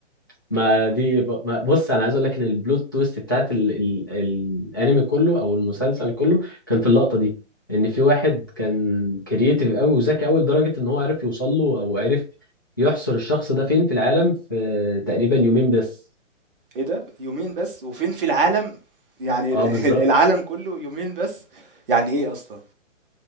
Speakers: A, on the left (about 20°); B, on the right (about 45°).
A: ما دي ب- ما بص انا عايز اقول لك ان البلوت تويست بتاعت ال ال الانمي كله او المسلسل كله كان في اللقطه دي ان في واحد كان كرييتيف قوي وذكي قوي لدرجه ان هو عرف يوصل له او عرف يحصر الشخص ده فين في العالم في تقريبا يومين بس
B: إيه ده؟ يومين بس وفين في العالم؟ يعني
A: اه
B: <laughs> ال-
A: بالظبط
B: العالم كله يومين بس يعني ايه اصلا؟